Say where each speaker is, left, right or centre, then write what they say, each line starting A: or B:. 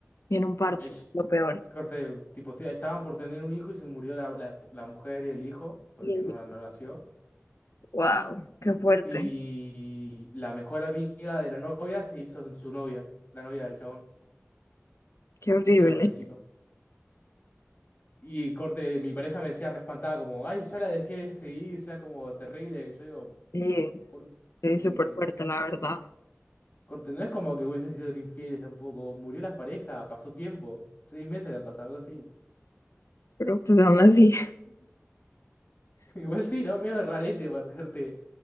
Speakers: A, on the left; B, on the left.
A: y en un parto,
B: Es,
A: lo peor.
B: corte, tipo, te- estaban por tener un hijo y se murió la, la- la mujer y el hijo, porque
A: Y el-
B: no, no nació.
A: Wow, qué fuerte,
B: Y la mejor amiga de la novia se hizo su novia, la novia del chabón,
A: qué horrible.
B: del chavo, del chico. Y corte, mi pareja me decía respantada como, ay, ya la dejé de seguir, ya como terrible. Y yo digo,
A: Sí,
B: ¿por
A: sí,
B: qué?
A: súper fuerte, la verdad.
B: Corte, no es como que hubiese sido infieles tampoco. Murió la pareja, pasó tiempo. Seis meses le han pasado, algo así.
A: Pero pues aún así.
B: <laughs> Igual sí, ¿no? Medio rarete, marcarte.